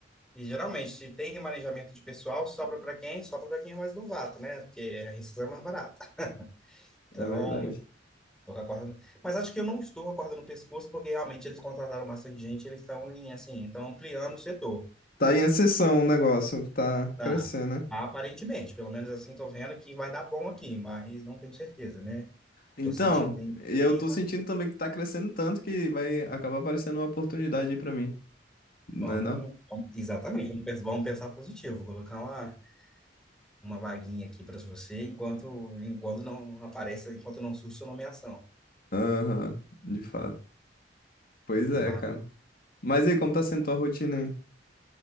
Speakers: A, in the centre; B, on the left (about 55°).
A: E geralmente, se tem remanejamento de pessoal, sobra para quem? Sobra para quem é mais novato, né? Porque a rescisão é mais barata. Então,
B: É verdade.
A: Tô com a corda no- Mas acho que eu não estou com a corda no pescoço, porque realmente eles contrataram bastante gente, eles estão em, assim, estão ampliando o setor,
B: Tá em ascensão o negócio, tá
A: tá?
B: crescendo, né?
A: Aparentemente, pelo menos assim, tô vendo que vai dar bom aqui, mas não tenho certeza, né?
B: Então,
A: Tô sentindo bem o
B: e
A: clima.
B: eu tô sentindo também que tá crescendo tanto que vai acabar aparecendo uma oportunidade aí pra mim, não
A: Vamos,
B: é não?
A: vamos- exatamente, vamos pens- vamos pensar positivo, Vou colocar uma, uma vaguinha aqui para você enquanto enquanto não aparece, enquanto não surge sua nomeação.
B: Aham, de fato. Pois é,
A: Mas,
B: cara. Mas e aí, como tá sendo tua rotina aí?